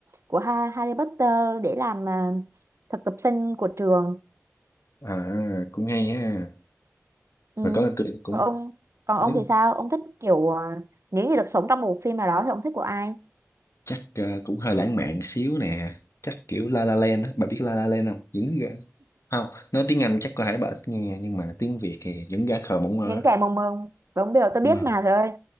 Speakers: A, on the right; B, on the left.
A: của Ha- Harry Potter để làm à, thực tập sinh của trường
B: à cũng hay ha
A: ừ.
B: và có cười cũng
A: còn ông còn ông
B: nếu
A: thì sao ông thích kiểu à, nếu như được sống trong một phim nào đó thì ông thích của ai
B: chắc ờ, cũng hơi lãng mạn xíu nè chắc kiểu La La Land á bà biết La La Land không những gã không nói tiếng Anh chắc có thể bà ít nghe nhưng mà tiếng Việt thì những gã khờ mộng mơ
A: những
B: á.
A: kẻ mộng mơ đúng điều tôi
B: Đúng
A: biết
B: không?
A: mà rồi